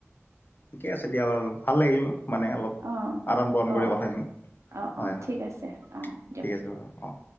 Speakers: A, on the left; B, on the right.
A: ঠিকে আছে দিয়া বাৰু ভাল লাগিল মানে অলপ
B: অ
A: আদান প্ৰদান
B: অ
A: কৰি কথাখিনি
B: অ
A: হয়
B: অ
A: হয়
B: ঠিক আছে অ দিয়ক
A: ঠিক আছে বাৰু অ